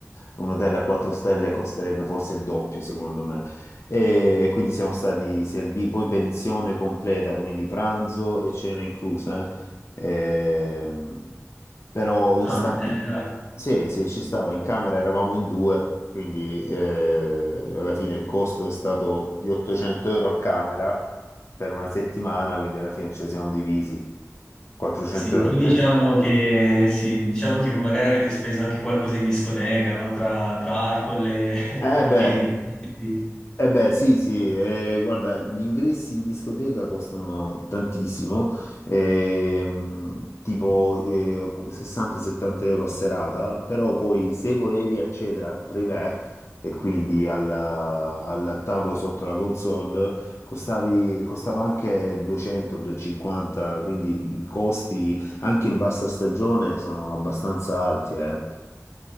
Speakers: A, on the left; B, on the left.
A: un hotel a 4 stelle costerebbe forse il doppio, secondo me. E quindi siamo stati serviti, poi pensione completa, quindi pranzo e cena inclusa, eh. Ehm, però in
B: Ah,
A: sta-
B: bene,
A: in-
B: dai.
A: sì, sì, ci stava, in camera eravamo in due, quindi eh, alla fine il costo è stato di 800 euro a camera per una settimana, quindi alla fine ci siamo divisi 400
B: Sì,
A: euro
B: poi
A: a testa.
B: diciamo che, sì, diciamo che magari avete speso anche qualcosa in discoteca, no? Tra, tra alcol e...
A: Eh beh,
B: <laughs> e... bibite.
A: Eh beh, sì, sì, eh, guarda, gli ingressi in discoteca costano tantissimo, ehm, tipo eh, 60-70 euro a serata, però poi se volevi accedere al privé e quindi al, al tavolo sotto la console, costavi- costava anche 200-250, quindi i costi anche in bassa stagione sono abbastanza alti, eh.